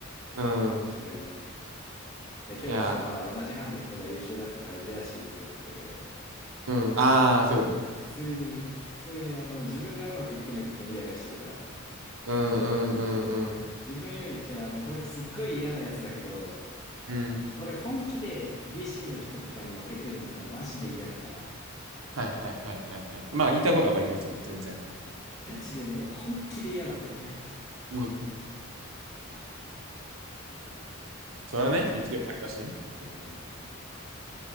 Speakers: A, on the right; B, on the left.
A: うん。
B: 自分の。で、今日もさ、
A: いや、
B: ほら、同じ班の人が優秀だったからジェラシーと食ったけど、
A: うん。ああ、そういうことね。
B: 普通に、普通にあの、自分がうまくいってないことにイライラしてるから、
A: うんうんうんうん。
B: 自分より、じゃあ、あの、これすっごい嫌なやつだけど、
A: うん
B: 俺本気で BC の人とかに負けてるのがマジで嫌だから、
A: はいはいはいはいはい。まあ言いたいことわかりますよ、全然。
B: ガチでね、本気で嫌なんだよね。
A: うんそれはね、
B: そ
A: 一応あれだしね。
B: う。うん。